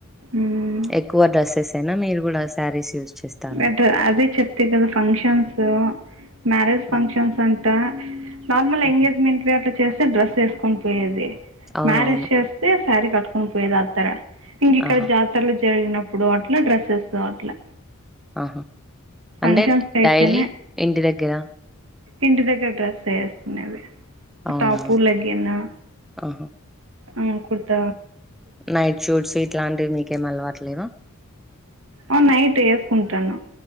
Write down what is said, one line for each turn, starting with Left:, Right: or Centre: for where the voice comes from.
Right: మ్మ్
Centre: ఎక్కువ డ్రెస్సెసేన మీరు కూడా శారీస్ యూజ్ చేస్తారా
Right: బట్ అదే చెప్తి కదా ఫంక్షన్సూ మ్యారేజ్ ఫంక్షన్స్
Centre: ఆ!
Right: అం ట నార్మల్
Centre: హ్మ్.
Right: ఎంగేజ్మెంట్ వి అట్లా చేస్తే డ్రెస్ ఎసుకొని పోయేది
Centre: అవునవును
Right: మ్యారేజ్ చేస్తే శారీ కట్టుకొని పోయేది ఆత్తర ఇంగిక్కడ
Centre: ఆహా
Right: జాతరలు జరిగినప్పుడు అట్లా డ్రెస్సెస్ అట్లా
Centre: ఆహా అంటే
Right: ఫంక్షన్స్కి అయితేనే
Centre: డైలీ ఇంటి దగ్గర
Right: ఇంటి దగ్గర డ్రెస్సే ఏసుకునేది
Centre: అవునా
Right: టాపు లేగ్గిను
Centre: ఆహా
Right: అ కుడత
Centre: నైట్ షూట్స్ ఇట్లాంటివి మీకేమి అలవాట్లేవా
Right: ఆ నైట్ ఏసుకుంటాను